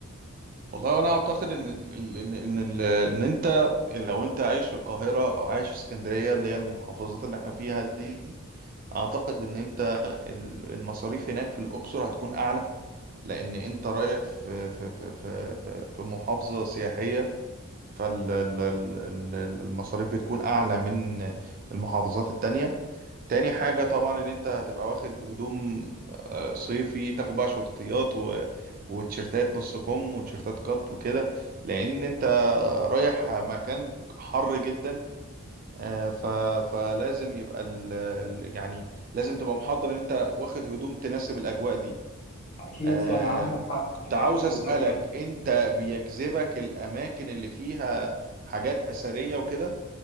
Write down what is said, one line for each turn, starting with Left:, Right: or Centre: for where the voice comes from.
Right: والله وأنا أعتقد إن ال- ال- إن إن ال- إن أنت لو أنت عايش في القاهرة أو عايش في اسكندرية اللي هي المحافظات اللي إحنا فيها دي اعتقد ان انت ال- المصاريف هناك في الاقصر هتكون اعلى لان انت رايح في في في في في محافظه سياحيه فالمصاريف بتكون اعلى من المحافظات التانية تاني حاجه طبعا ان انت هتبقى واخد هدوم آه، صيفي تاخد بقى شورتيات و- وتيشيرتات نص كم وتيشيرتات قط وكده لان انت رايح مكان حر جدا آه، ف... فلازم يبقى ال... ال- يعني لازم تبقى محضر ان انت واخد هدوم تناسب الاجواء دي
Left: أكيد
Right: آه،
Left: فعلا عندك حق
Right: كنت
Left: في الحتة
Right: عاوز اسالك
Left: دي أوي يعني
Right: انت بيجذبك الاماكن اللي فيها حاجات اثريه وكده